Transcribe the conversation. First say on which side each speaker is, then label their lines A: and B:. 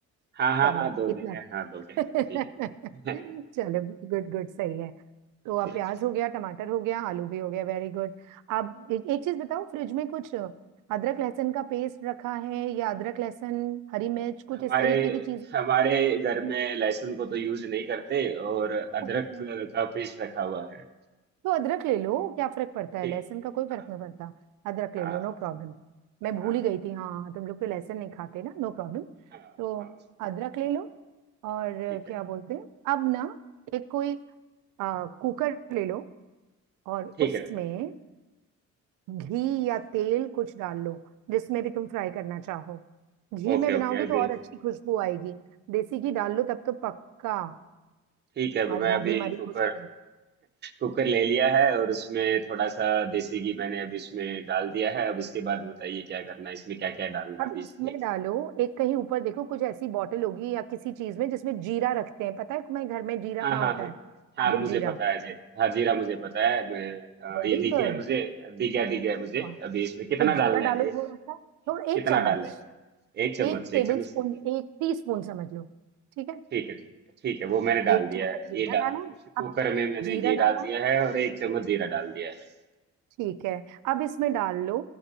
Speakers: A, on the right; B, on the right.
A: हाँ हाँ
B: चलो
A: हाँ दो दे
B: इतना
A: हाँ दो
B: <laughs>
A: के ठीक
B: चलो
A: है ठीक है
B: गुड गुड सही है तो अब
A: ठीक
B: प्याज हो गया टमाटर हो गया आलू भी हो गया वेरी गुड अब एक एक चीज बताओ फ्रिज में कुछ अदरक लहसुन का पेस्ट रखा है या अदरक लहसुन हरी मिर्च कुछ
A: हमारे
B: इस तरीके की चीज
A: हमारे घर में लहसुन को तो यूज नहीं करते और अदरक
B: ओहो।
A: का पेस्ट रखा हुआ है
B: तो अदरक ले लो क्या फर्क पड़ता है
A: ठीक
B: लहसुन का कोई फर्क
A: हाँ
B: नहीं पड़ता अदरक ले
A: हाँ
B: लो नो प्रॉब्लम मैं भूल
A: हाँ
B: ही गई थी हाँ हाँ, तुम लोग तो लहसुन नहीं खाते ना नो प्रॉब्लम
A: हाँ
B: तो
A: हाँ
B: अदरक ले लो और
A: ठीक है
B: क्या बोलते हैं अब ना एक कोई आ, कुकर ले लो और
A: ठीक
B: उसमें
A: है
B: घी या तेल कुछ डाल लो जिसमें भी तुम फ्राई करना चाहो घी
A: ओके
B: में बनाओगे
A: ओके अभी
B: तो और अच्छी खुशबू आएगी देसी घी डाल लो तब तो पक्का
A: ठीक है
B: आज
A: मैं
B: भाभी
A: अभी
B: हमारी
A: कुकर
B: खुश होगी।
A: कुकर ले लिया है और उसमें थोड़ा सा देसी घी मैंने अभी इसमें डाल दिया है अब इसके बाद बताइए क्या करना है इसमें क्या क्या डालना है
B: अब
A: अभी
B: इसमें
A: इसके
B: डालो एक कहीं ऊपर देखो कुछ ऐसी बॉटल होगी या किसी चीज में जिसमें जीरा रखते हैं पता है तुम्हें घर में जीरा
A: हाँ
B: कहाँ
A: हाँ
B: होता
A: हाँ
B: है
A: हाँ
B: साबुत
A: मुझे
B: जीरा
A: पता है जी हाँ जीरा मुझे पता है मैं
B: Very
A: अ, ये दिख
B: good
A: गया मुझे दिख गया दिख गया मुझे
B: वाह
A: अभी इसमें कितना
B: तो जीरा
A: डालना है
B: डालो
A: ए-
B: थोड़ा सा थोड़ा
A: कितना
B: एक चम्मच
A: डालें एक चम्मच
B: एक
A: से?
B: टेबल
A: एक चम्मच
B: स्पून
A: से
B: एक टी स्पून समझ लो ठीक है
A: ठीक है ठीक है ठीक है वो मैंने डाल
B: एक
A: दिया
B: चम्मच
A: है घी
B: जीरा
A: डाल
B: डालो
A: कुकर
B: अब
A: में मैंने
B: जीरा
A: घी
B: डाला
A: डाल दिया है और एक चम्मच जीरा डाल दिया है
B: ठीक है अब इसमें डाल लो